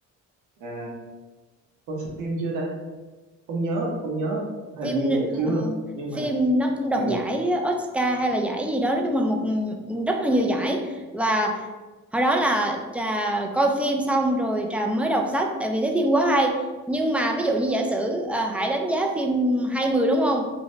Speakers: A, on the right; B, in the centre.
A: à, có phim chưa ta không nhớ không nhớ hình
B: Phim
A: như là chưa
B: ờ,
A: nhưng mà
B: phim nó cũng đoạt
A: ừ,
B: giải Oscar hay là giải gì đó, nói chung là một rất là nhiều giải và hồi đó là trà coi phim xong rồi trà mới đọc sách tại vì thấy phim quá hay nhưng mà ví dụ như giả sử à, Hải đánh giá phim hay 10 đúng không